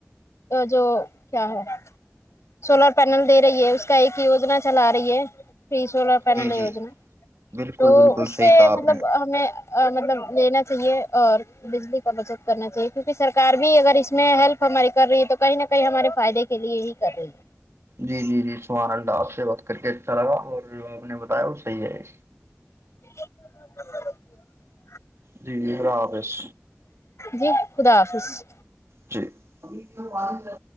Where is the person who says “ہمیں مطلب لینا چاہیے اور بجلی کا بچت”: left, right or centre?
Left